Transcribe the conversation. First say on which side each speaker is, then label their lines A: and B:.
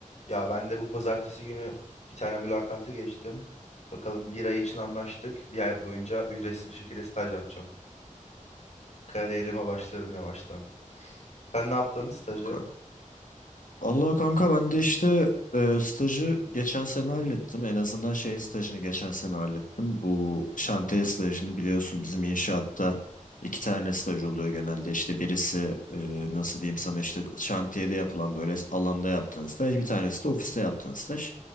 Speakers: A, on the left; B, on the left.
A: Ya ben de bu pazartesi günü bir tane mülakatı geçtim. Bakalım bir ay için anlaştık. Bir ay boyunca ücretsiz bir şekilde staj yapacağım. Kariyerime başlıyorum yavaştan. Sen ne yaptın stajı?
B: Kanka. Allah kanka ben de işte e, stajı geçen sene hallettim. En azından şey stajını geçen sene hallettim. Bu şantiye stajını biliyorsun bizim inşaatta iki tane staj oluyor genelde. İşte birisi e, nasıl diyeyim sana işte şantiyede yapılan böyle alanda yaptığın staj. Bir tanesi de ofiste yaptığın staj.